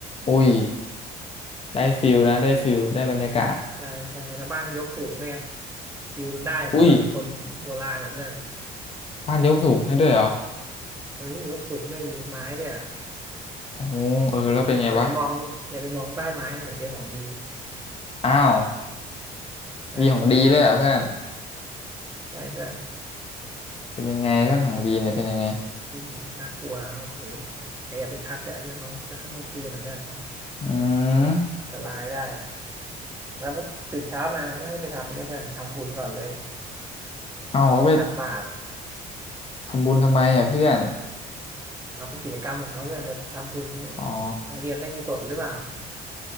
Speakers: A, on the left (about 35°); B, on the right (about 15°).
A: อุ้ยได้ฟิลนะได้ฟิลได้บรรยากาศ
B: ใช่ใช่แล้วบ้านยกสูงด้วยไงวิวมันได้เหมือนเราเป็นคนโบราณอ่ะเพื่อน
A: อุ้ยบ้านยกสูบให้ด้วยเหรอ
B: เออยกสูงด้วยมีเป็นไม้ด้วยอะ
A: โอ้โหเออแล้วเป็นไงวะ
B: อย่าอย่าไปมองอย่าไปมองใต้ไม้นะเดี๋ยวเจอของดี
A: อ้าว
B: ใช่
A: ดีของดีด้วยเหรอเพื่อน
B: ใช่เพื่อน
A: เป็นยังไงเพื่อนของดีเนี่ยเป็นยังไง
B: อืมนน่ากลัวครับอยู่บนเขาแต่อย่าไปทักอะเรื่องของข้ามกลางคืนนะเพื่อน
A: อืม
B: อันตรายได้อะแล้วพอตื่นเช้ามาก็ให้ไปทำอันนี้เพื่อนทำบุญก่อนเลย
A: เอาเขาไป
B: ทำบุญตักบาตร
A: ทำบุญทำไมอ่ะเพื่อน
B: เอาเป็นกิจกรรมของเขาเพื่อนแบบทำบุญให้
A: อ๋อ
B: นักเรียนได้กุศลหรือเปล่า